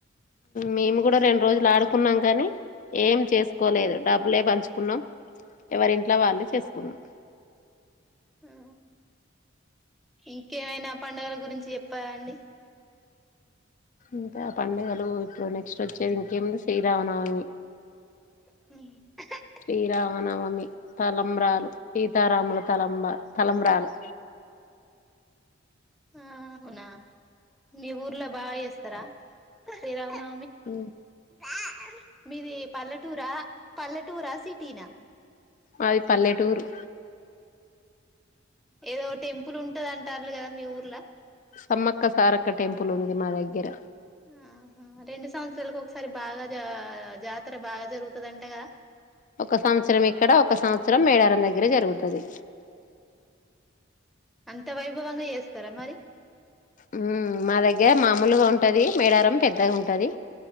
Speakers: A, on the left (about 40°); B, in the centre.
A: మేము కూడా రెండు రోజులు ఆడుకున్నాం కానీ ఏం చేసుకోలేదు డబ్బులే పంచుకున్నాం ఎవరింట్లో వాళ్ళే చేసుకున్నాం
B: ఆ ఇంకేమైనా పండుగల గురించి చెప్ప అండి
A: ఇకా పండగలు ఇట్లో నెక్స్ట్ వచ్చేది ఇంకేముంది చేయరావనమి
B: హ
A: శ్రీరామనవమి తలంబ్రాలు ఇ సతారాముల తలంబ తలంబాలు
B: ఆ ఉవునా మీ ఊర్లో బాగా చేస్తారా సరవునా
A: హ
B: బ మీది పల్లెటూరా పల్లెటూరా సిటీనా
A: అది పల్లెటూరు
B: ఏదో టెంపుల్ ఉంటది అంటారు కదా మీ ఊర్లా
A: సమ్మక్క సారక్క టెంపుల్ ఉంది మా దగ్గర
B: ఆ రెండు సంవత్సరాాలకు ఒకసారి బాగా జ జాతర బాగా జరుగుతుదింటగా
A: ఒక సంవత్సరం ఇక్కడ ఒక సంవత్సరం మేడారం దగ్గర జరుగుతుంది
B: అంత వైభవంగా చేస్తారా మరి
A: హుమ్ మా దగ్గర మామూలుగా ఉంటది మేడారం పెద్దగా ఉంటది